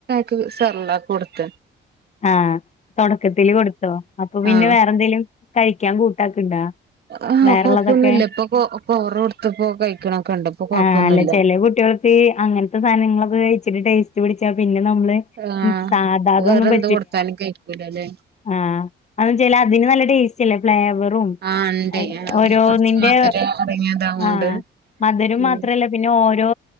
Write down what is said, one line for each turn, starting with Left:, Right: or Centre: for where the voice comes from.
Right: ക്ക് സർല്ലാക്ക് കൊടുത്ത
Left: ആ തുടക്കത്തിൽ കൊടുത്തോ അപ്പൊ പിന്നെ
Right: ആഹ്
Left: വേറെ എന്തേലും കഴിക്കാൻ കൂട്ടാക്ക്ണ്ടാ
Right: ആഹ
Left: വേറെള്ളതൊക്കെ
Right: കൊഴപ്പൊന്നുമില്ല ഇപ്പൊ ആ ആ കൊഴപ്പൊന്നുമുമില്ല കോറ കൊടുത്ത്പ്പോ കഴിക്കണൊക്കെ ഇണ്ട് ഇപ്പൊ കൊഴപ്പൊന്നുമില്ല
Left: ആഹ് അല്ല <unintelligible> അങ്ങനത്തെ സാധനങ്ങളൊക്കെ കഴിച്ചി ട്ട് ടേസ്റ്റ് പിടിച്ച പിന്നെ നമ്മള്
Right: ആഹ്
Left: സാധതൊന്നും
Right: വേറെ
Left: പ
Right: എന്ത് കൊടുത്താലും കഴിക്കൂലല്ലേ
Left: അ അതിന് നല്ല ടെസ്റ്റില്ലേ ഫ്ലവേർന് മ്മ്
Right: ആഹ് ഇണ്ടേ
Left: ഓരോ
Right: കൊറച്ച്
Left: നിന്റെ
Right: മധുരം അടങ്ങിയതാവോണ്ട്
Left: ആ മധുരം
Right: ഉം
Left: മാത്രല്ല പിന്നെ ഓരോ